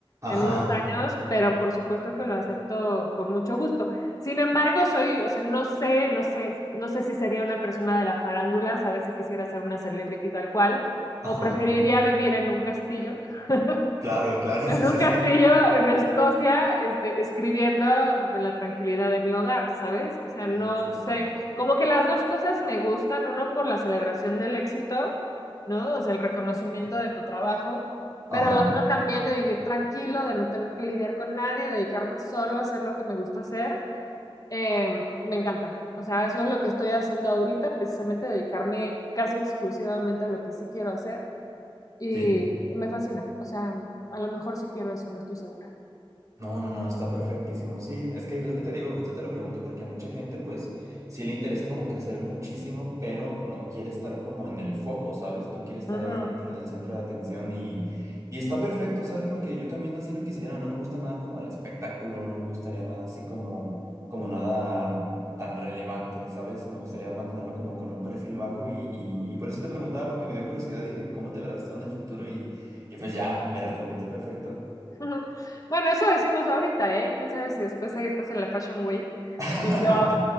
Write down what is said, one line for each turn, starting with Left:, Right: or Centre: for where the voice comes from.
Right: Ajá,
Left: en unos años, pero por supuesto que lo acepto con mucho gusto. Sin embargo, soy, o sea, no sé, no sé, no sé si sería una persona de la farándula, sabes si quisiera ser una celebrity tal cual,
Right: ajá.
Left: o preferiría vivir en un castillo. <laughs>
Right: Claro, claro,
Left: En
Right: <laughs> sí, sí,
Left: un
Right: sí.
Left: castillo en Escocia, este, escribiendo en la tranquilidad de mi hogar, ¿sabes? O sea,
Right: Sí,
Left: no
Right: sí, sí.
Left: sé, como que las dos cosas me gustan, uno por la celebración del éxito, ¿no? O sea, el reconocimiento de tu trabajo,
Right: Ajá,
Left: pero la otra también de vivir tranquilo, de no tener que lidiar con nadie, dedicarme solo a hacer lo que me gusta hacer, eh, me encanta. O sea, eso es lo que estoy haciendo ahorita, precisamente dedicarme casi exclusivamente a lo que sí quiero hacer. Y
Right: sí.
Left: me fascina. O sea, a lo mejor sí quiero eso, no estoy segura.
Right: No, no, no, está perfectísimo. Sí, es que es lo que te digo, justo te lo pregunto porque a mucha gente pues sí le interesa como crecer muchísimo, pero no quiere estar como en el foco, ¿sabes? No quiere estar
Left: Ujú.
Right: ahí dentro del centro de atención y, y está perfecto, ¿sabes? Porque yo también así lo quisiera, no me gusta nada como el espectáculo, no me gustaría nada así como, como nada tan relevante, ¿sabes? Me gustaría mantenerme como con un perfil bajo y, y, y por eso te preguntaba porque me dio curiosidad, dije, ¿cómo te verás tú en el futuro? Y, y pues ya, me respondiste perfecto.
Left: <laughs> Bueno, eso decimos ahorita, ¿eh? ¿Quién sabe si después ahí estás en la Fashion Week?
Right: <laughs>
Left: Y yo,